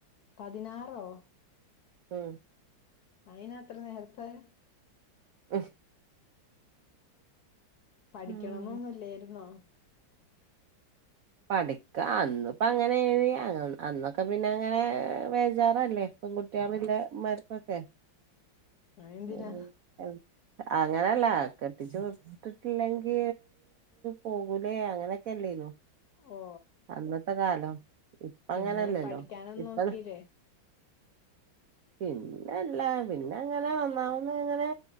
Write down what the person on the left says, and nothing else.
പതിനാറോ.
അയിനാത്ര. നേരത്തെ
പഠിക്കണംന്നുന്ന്
ല്ലേരുന്നോ
അതെന്തിനാ
ഓ
പിന്നെ
പഠിക്കാനൊന്നും
നോക്കില്ലേ